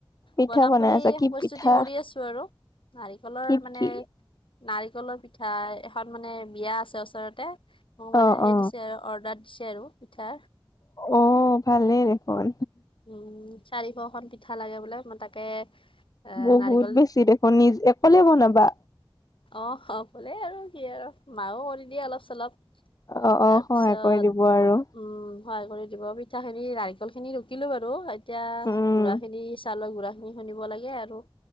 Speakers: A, on the left; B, on the left.
A: পিঠা
B: বনাম
A: বনাই
B: বুলি
A: আছা কি
B: প্ৰস্তুতি
A: পিঠা
B: কৰি আছো আৰু। নাৰিকলৰ
A: কি
B: মানে
A: কি
B: নাৰিকলৰ পিঠা এখন মানে বিয়া আছে ওচৰতে। মোক মানে
A: অ
B: সেই
A: অ
B: দিছে আৰু অৰ্ডাৰ দিছে আৰু পিঠা।
A: অ ভালেই দেখোন।
B: উম চাৰিশখন পিঠা লাগে বোলে। মই তাকে এ
A: বহুত
B: নাৰিকল
A: বেছি দেখোন নিজ অকলে বনাবা?
B: অ অ কলে আৰু কি আৰু মাও কৰি দিয়ে অলপ চলপ। তাৰ
A: অ অ সহায়
B: পিছত
A: কৰি দিব আৰু
B: উম হয় কৰি দিব, পিঠাখিনি নাৰিকল খিনি ৰুকিলো বাৰু এতিয়া
A: উম
B: গুৰা খিনি চাউলৰ গুৰা খিনি খুন্দিব লাগে আৰু